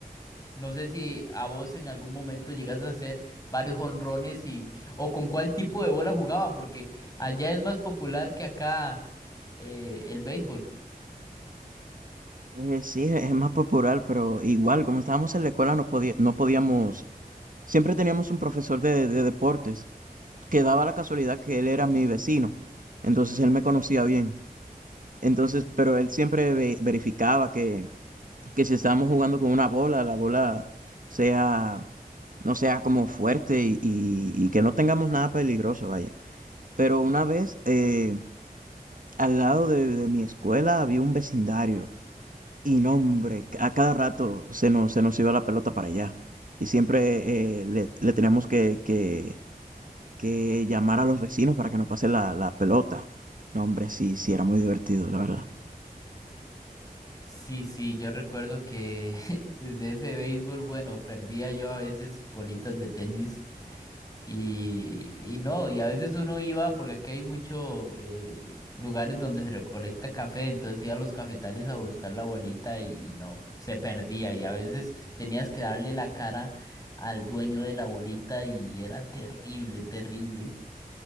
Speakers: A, on the left; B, on the right.
A: no sé si a vos en algún momento llegaste a hacer varios jonrones y o con cuál tipo de bola jugaban, porque allá es más popular que acá eh, el béisbol.
B: Eh, sí, es más popular, pero igual, como estábamos en la escuela, no podía, no podíamos, siempre teníamos un profesor de, de deportes que daba la casualidad que él era mi vecino, entonces él me conocía bien. Entonces, pero él siempre ve- verificaba que, que si estábamos jugando con una bola, la bola sea, no sea como fuerte y, y- y que no tengamos nada peligroso, vaya. Pero una vez, eh, Al lado de, de mi escuela había un vecindario y no, hombre, a cada rato se nos, se nos iba la pelota para allá y siempre eh, le, le teníamos que, que, que llamar a los vecinos para que nos pase la, la pelota. No, hombre, sí, sí, era muy divertido, la verdad.
A: Sí, sí, yo recuerdo que <laughs> de ese béisbol, bueno, perdía yo a veces bolitas de tenis Y, y no, y a veces uno iba, porque aquí hay muchos lugares donde se recolecta café, entonces iba a los cafetales a buscar la bolita y, y no, se perdía. Y a veces tenías que darle la cara al dueño de la bolita y era terrible, terrible.